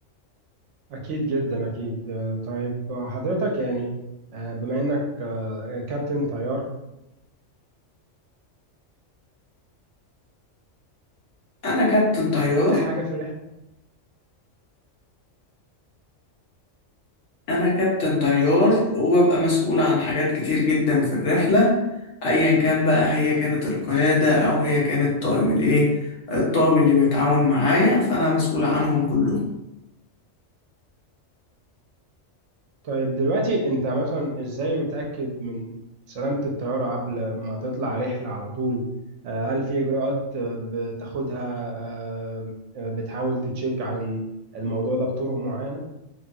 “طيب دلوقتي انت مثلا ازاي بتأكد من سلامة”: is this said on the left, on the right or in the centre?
Right